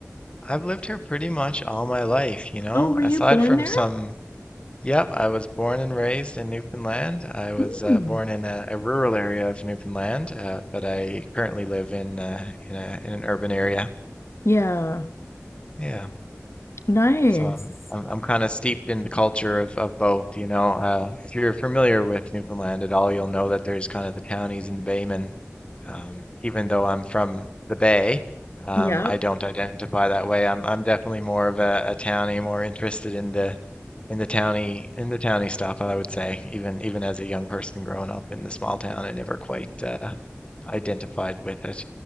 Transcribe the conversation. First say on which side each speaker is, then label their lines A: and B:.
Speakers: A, on the left; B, on the left.
A: I've lived here pretty much all my life, you know,
B: Oh, were you
A: aside
B: born
A: from
B: there?
A: some, yep, I was born and raised in Newfoundland. I was
B: Hmm.
A: uh, born in a, a rural area of Newfoundland, uh, but I currently live in uh, in a, in an urban area.
B: Yeah.
A: Yeah.
B: Nice.
A: So I'm I'm, I'm kind of steeped in the culture of, of both, you know. Uh, if you're familiar with Newfoundland at all, you'll know that there's kind of the townies and baymen. Um, even though I'm from the Bay, um,
B: Yep.
A: I don't identify that way. I'm I'm definitely more of a, a townie, more interested in the in the towny in the towny stuff, I would say, even even as a young person growing up in the small town, I never quite uh, identified with it.